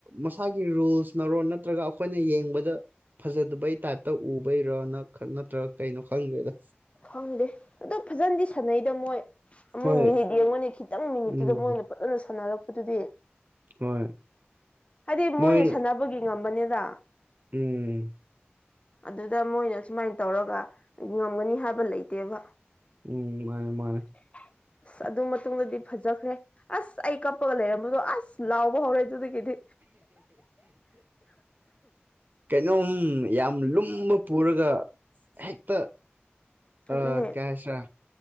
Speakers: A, on the right; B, on the left.
A: ꯃꯁꯥꯒꯤ ꯔꯨꯜꯁꯅꯔ‌ꫭ ꯅꯠꯇ꯭ꯔꯒ ꯑꯩꯈꯣꯏꯅ ꯌꯦꯡꯕꯗ ꯐꯖꯗꯕꯩ ꯇꯥꯏꯞꯇ ꯎꯕꯩꯔꯅ ꯅꯠꯇ꯭ꯔ ꯀꯩꯅꯣ ꯈꯪꯗ꯭ꯔꯦꯗ
B: ꯈꯪꯗꯦ ꯑꯗꯣ ꯐꯖꯅꯗꯤ ꯁꯥꯟꯅꯩꯗ ꯃꯣꯏ ꯑꯃꯨꯛ
A: ꯍꯣꯏ
B: ꯃꯤꯅꯤꯠ ꯌꯦꯡꯉꫭꯅ‌ꯦ ꯃꯣꯏꯅ ꯈꯤꯇꯪ ꯃꯤꯅꯤꯠꯇꯨꯗ
A: ꯎꯝ
B: ꯃꯣꯏꯅ ꯐꯖꯅ ꯁꯥꯟꯅꯔꯛꯄꯗꯨꯗꯤ
A: ꯍꯣꯏ
B: ꯍꯥꯏꯗꯤ ꯃꯣꯏꯅ
A: ꯃꯣꯏ
B: ꯁꯥꯟꯅꯕꯒꯤ ꯉꯝꯕꯅꯤꯗ
A: ꯎꯝ
B: ꯑꯗꯨꯗ ꯃꯣꯏꯅ ꯁꯨꯃꯥꯏꯅ ꯇꯧꯔꯒ ꯉꯝꯒꯅꯤ ꯍꯥꯏꯕ ꯂꯩꯇꯦꯕ
A: ꯎꯝ ꯃꯥꯅꯦ ꯃꯥꯅꯦ
B: <inaudible> ꯑꯁ ꯑꯗꯨ ꯃꯇꯨꯡꯗꯗꯤ ꯐꯖꯈ꯭ꯔꯦ ꯑꯁ ꯑꯩ ꯀꯞꯄꯒ ꯂꯩꯔꯝꯕꯗꯣ ꯑꯁ ꯂꯥꯎꯕ ꯍꯧꯔꯦ ꯑꯗꯨꯗꯒꯤꯗꯤ
A: ꯀꯩꯅꯣꯝ ꯌꯥꯝ ꯂꯨꯝꯕ ꯄꯨꯔꯒ ꯍꯦꯛꯇ
B: ꯑꯗꯨꯅꯦ
A: ꯑ ꯀꯩ ꯍꯥꯏꯁꯤꯔꯥ